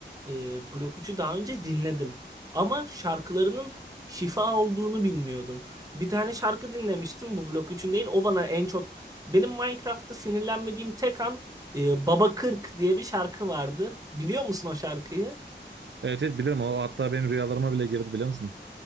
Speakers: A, on the right; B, on the right.
A: e, Blok 3'ü daha önce dinledim. Ama şarkılarının şifa olduğunu bilmiyordum. Bir tane şarkı dinlemiştim bu Blok 3'ün değil. O bana en çok... Benim Minecraft'ta sinirlenmediğim tek an e, Baba Kırk diye bir şarkı vardı. Biliyor musun o şarkıyı?
B: Evet, evet bilirim o hatta benim rüyalarıma bile girdi biliyor musun?